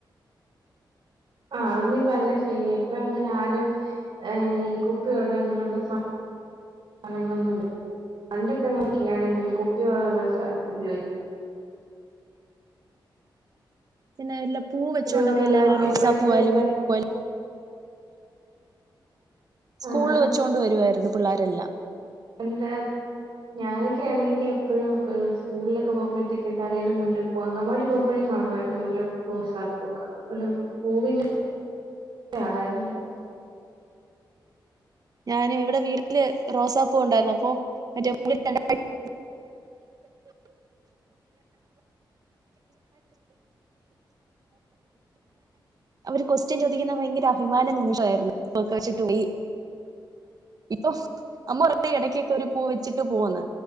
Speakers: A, on the right (about 65°); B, on the right (about 50°).
A: ആ അത് നീ പറഞ്ഞ ശരിയ ഇപ്പൊ എങ്ങനെ ആരും ഈ കുപ്പിവള അങ്ങനെയുള്ള സാധനങ്ങളൊന്നും പണ്ടൊക്കെ നോക്കെയാണെങ്കിൽ കുപ്പിവളകളൊക്കെ ഉപയോഗിക്ക
B: പിന്നെ എല്ലാ പൂവ് വെച്ചോണ്ടൊക്കെ
A: ഇതുപോലുള്ള
B: എല്ലാവരും റോസാ
A: ഇപ്പഴൊക്കെയുള്ള
B: പൂവായാലും മുല്ലപ്പൂവാലും സ്കൂളിൽ
A: ആഹ്
B: വെച്ചുകൊണ്ട് വരുവായിരുന്നു പിള്ളേരെല്ലാം
A: എന്താ ഞാനൊക്കൊണെങ്കിൽ എപ്പോഴും സ്കൂളിലൊക്കെ പോകുമ്പോഴത്തേക്കും തലേയിൽ മുല്ലപ്പൂ അങ്കണവാടി പോകുമ്പോഴും കാണുമായിരുന്നു മുല്ലപ്പൂ റോസാപ്പൂ ഒക്കെ ഒരു പൂവിന്റെ ആളായിരുന്നു
B: ഞാനും ഇവിടെ വീട്ടിൽ റോസാപ്പൂ ഉണ്ടായിരുന്നു അപ്പൊ മറ്റേ രണ്ട <inaudible> <inaudible> <inaudible> അവർ കൊസ്റ്റ്യൻ ചോദിക്കുന്ന ഭയങ്കര അഭിമാന നിമിഷമായിരുന്നു <inaudible> വെച്ചിട്ട് പോയി ഇപ്പൊ അമ്മ ഒരു ഇടയ്ക്കൊക്കെ ഒരു പൂവ് വെച്ചിട്ട് പോവെന്ന്